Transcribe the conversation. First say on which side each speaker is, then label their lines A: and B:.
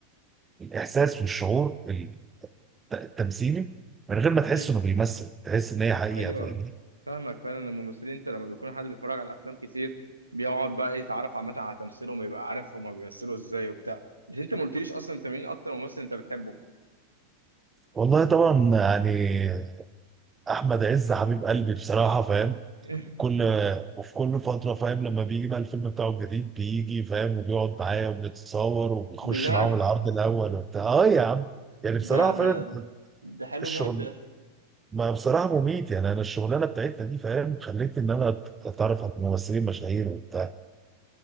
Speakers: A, on the right (about 15°); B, on the right (about 80°).
A: الاحساس والشعور الت- التمثيلي من غير ما تحس
B: مم.
A: انه بيمثل تحس ان هي حقيقه
B: ايوه
A: فاهمني
B: فاهمك فعلا الممثلين انت لما بيكون حد بيتفرج على افلام كتير بيقعد بقى يتعرف عامه على تمثيلهم ويبقى عارف هما بيمثلوا ازاي وبتاع مش انت ما قلتليش اصلا انت مين اكتر ممثل انت بتحبه
A: والله طبعا يعني احمد عز حبيب قلبي بصراحه فاهم
B: <laughs>
A: كل وفي كل فترة فاهم لما بيجي بقى الفيلم بتاعه الجديد بيجي فاهم وبيقعد معايا وبنتصور وبيخش
B: بجد
A: معاهم العرض الأول وبتاع اه يا عم يعني بصراحة
B: ده
A: فعلا
B: ده ده حلو
A: الشغل
B: موت ده
A: ما بصراحة مميت يعني أنا الشغلانة بتاعتنا دي فاهم خلتني إن أنا أتعرف على ممثلين مشاهير وبتاع